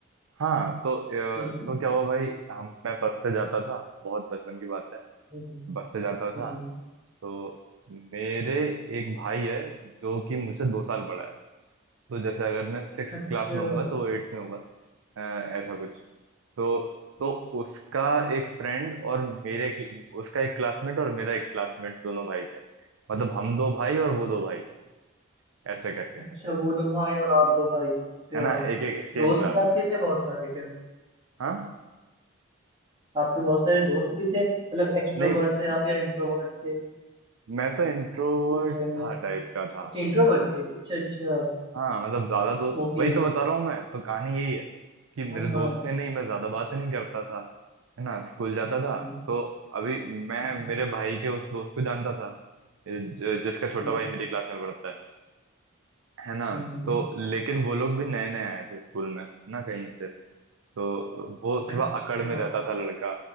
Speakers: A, on the right; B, on the right.
A: हाँ तो
B: हम्म
A: अ, तो क्या हुआ भाई हम मैं बस से जाता था बहुत बचपन की बात है
B: हम्म हम्म,
A: बस से जाता था
B: हम्म।
A: तो मेरे एक भाई है जो कि मुझसे दो साल बड़ा है तो जैसे अगर मैं सिक्स
B: अच्छा
A: क्लास में होऊंगा तो एट्थ में होगा अ, ऐसा कुछ तो तो उसका एक फ्रेंड और मेरे उसका एक क्लासमेट और मेरा एक क्लासमेट दोनों भाई थे मतलब हम दो भाई
B: हम्म,
A: और वो दो भाई ऐसे करके
B: अच्छा वो दो भाई और आप दो भाई अच्छा
A: है ना एक एक सेम
B: दोस्त
A: क्लास
B: भी आपके
A: में
B: थे बहुत सारे क्या
A: हाँ
B: आपके बहुत सारे दोस्त भी थे मतलब एक्सट्रोवर्ट
A: नहीं
B: थे आप या इंट्रोवर्ट थे
A: मैं तो इंट्रोवर्ट
B: उस टाइम में
A: था टाइप का
B: अच्छा
A: था
B: इंट्रोवर्ट थे अच्छा अच्छा
A: हाँ मतलब ज्यादा दोस्त
B: ओके
A: वही तो बता रहा हूँ मैं तो कहानी यही है कि मेरे
B: हाँ हाँ
A: दोस्त थे नहीं मैं ज्यादा बातें नहीं करता था है ना स्कूल जाता था
B: हम्म
A: तो अभी मैं
B: हम्म
A: मेरे भाई के उस दोस्त को जानता था ज- जिसका छोटा
B: हम्म
A: भाई मेरी क्लास में पढ़ता है है ना
B: हम्म, हम्म।
A: तो लेकिन वो लोग भी नए नए आए थे स्कूल में ना कहीं से तो वो
B: अच्छा
A: थोड़ा अकड़ में रहता था लड़का